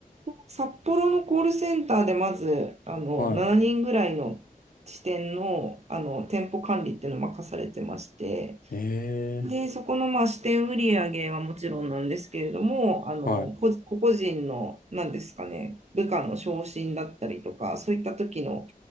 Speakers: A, on the right (about 50°); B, on the left (about 75°).
A: 札幌のコールセンターでまず、あの、
B: は
A: 7人ぐらいの支店の、あの、店舗管理っていうのを任されてまして、
B: い。
A: で、
B: ええ
A: そこのまあ支店売上はもちろんなんですけれども、あの、
B: はい。
A: こ個々人の、なんですかね、部下の昇進だったりとか、そういった時の、